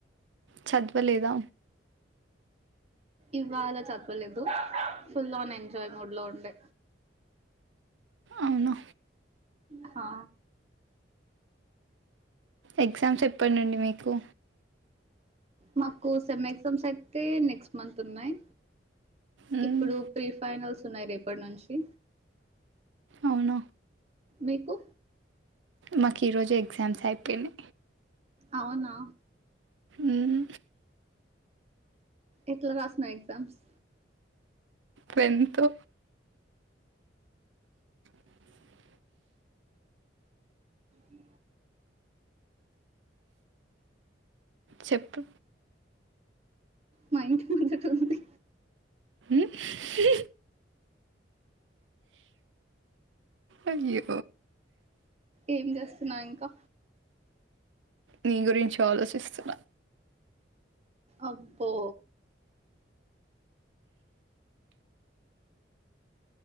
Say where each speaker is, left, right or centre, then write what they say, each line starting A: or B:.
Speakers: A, on the right (about 85°); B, on the right (about 35°).
A: చదవలేదా
B: ఇవాళ చదు కోలేదు ఫుల్ ఆన్ ఎంజాయ్ మూడ్ లో ఉండే
A: అవునా
B: హా
A: ఎగ్జామ్స్ ఎపుడ్నుండి మీకు
B: మాకు సెమ్ ఎగ్జామ్స్ అయితే నెక్స్ట్ మంత్ ఉన్నాయి
A: మ్మ్,
B: ఇప్పుడు ప్రీ ఫైనల్స్ ఉన్నాయి రేపటి నుంచి
A: అవునా
B: మీకు
A: మాకు ఈరోజు ఎగ్జామ్స్ అయిపో పని
B: అవునా
A: ఉమ్
B: ఎట్లా రాస్నా ఎజామ్స్
A: వెంతు అ
B: ఇ
A: చెప్పు
B: మా ఇంటి ముంధాటా ఉంది
A: ఉమ్ హు హు అయూ
B: ఏం చేస్తున్నా ఇంకా
A: నీ గురించి ఆలోచిస్తున్నా
B: అబ్బో